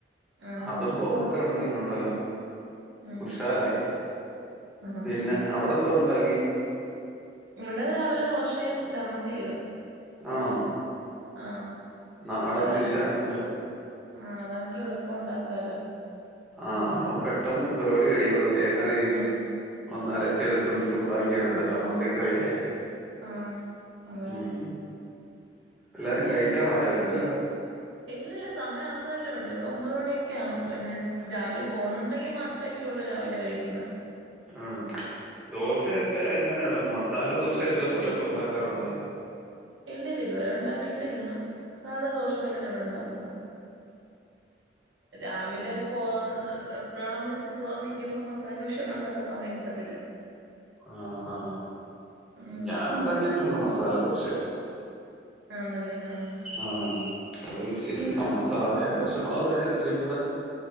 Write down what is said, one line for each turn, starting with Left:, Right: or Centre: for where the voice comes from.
Right: ആ
Centre: അതും
Right: ആ
Centre: പൊറോട്ടേം ഉണ്ടെങ്കില് ഉണ്ടല്ലോ
Right: ഉം
Centre: കുശാലായി
Right: ആ
Centre: പിന്നെ അവിടെന്തോ ഉണ്ടാക്കി
Right: ഇവിടെ രാവിലെ ദോശയും ചമ്മന്തിയുവാ
Centre: ആണോ?
Right: ആ
Centre: നാടൻ
Right: അതാക്കി
Centre: ഡിഷാന്നല്ലോ
Right: ആ അതാങ്കി എളുപ്പം ഉണ്ടാക്കാലോ
Centre: ആ അവം പെട്ടെന്ന് പരിപാടി കഴിയുവോ തേങ്ങ തിരിമി
Right: ഉം
Centre: ഒന്ന് അരച്ചെടുത്ത് ഒ? ന്ന് ചൂടാക്കി എടുത്താ ചമ്മന്തിക്കറിയായില്ലേ
Right: ആ അതാ
Centre: ഉം എല്ലാരും കഴിക്കാറായോ ഇല്ലല്ലോ
Right: ഇല്ലല്ല സമയമാവുന്നതല്ലോട്ട് ഇവിടെ ഒമ്പത് മണിയൊക്കെ ആവും പിന്നെ രാവിലെ പോകുന്നുണ്ടെങ്കി മാത്രെ യുള്ളൂ രാവിലെ കഴിക്കുന്നത്
Centre: ആ ദോശയൊക്കെ ഇങ്ങനെ മസാല ദോശയൊക്കെ പോലൊക്കെ ഉണ്ടാക്കാറുണ്ടോ
Right: ഇല്ലില്ല ഇതുവരെ ഉണ്ടാക്കിട്ടില്ല സാധാ ദോശപൊലന്നെ ഇവിടെ ഉണ്ടാക്കുന്നത് രാവിലെ പോവാൻ വെപ്രാളം പിടിച്ച് പോവാൻ നിക്കുമ്പം മസാലദോശ ഒന്നും ഉണ്ടാക്കാൻ സമയം കിട്ടത്തില്ല.
Centre: ആഹ് ആഹ്
Right: ഉം
Centre: ഞാന് ഉണ്ടാക്കിട്ടുണ്ട്. മസാല ദോശയൊക്കെ
Right: ആന്നല്ലേ ആഹ്
Centre: ആഹ് <unintelligible> സ സാധാ ദോഷമാവ് തന്നെ ഇച്ചിരിം കൂടെ